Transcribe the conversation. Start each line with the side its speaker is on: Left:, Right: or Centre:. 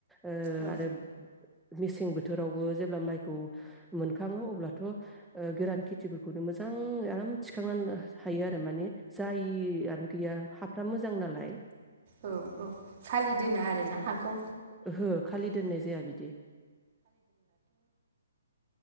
Centre: ओ
Right: औ
Centre: आरो मेसे सें बोथोरावबो जेब्ला माइखौ मोनखाङो अब्लाथ' ओ गोरान खि थिफोरखौनो मोजां आराम थिखांनानै हायो आरो माने जायआनो गैया हाफ्रा मोजां नालाय
Right: औ औ खालि दोना आरो ना हाखौ
Centre: ओहो खालि
Right: <inaudible> <inaudible> जोंहा
Centre: दोननाय जाया बिदि